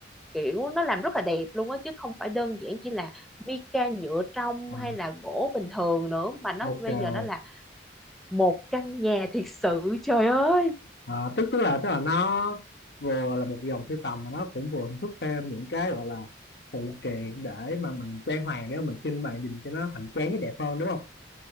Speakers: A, in the centre; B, on the left (about 60°).
A: kiểu nó làm rất là đẹp luôn á chứ không phải đơn giản chỉ là Vika nhựa trong
B: ờ,
A: hay là gỗ bình thường nữa mà nó
B: ok
A: bây giờ nó là một căn nhà thiệt sự trời ơi
B: Ờ, tức tức là tức là nó vừa là một dòng sưu tầm mà nó cũng vừa sản xuất thêm những cái gọi là phụ kiện để mà mình trang hoàng để mà mình trưng bày nhìn cho nó hoành tráng cái đẹp hơn đúng không?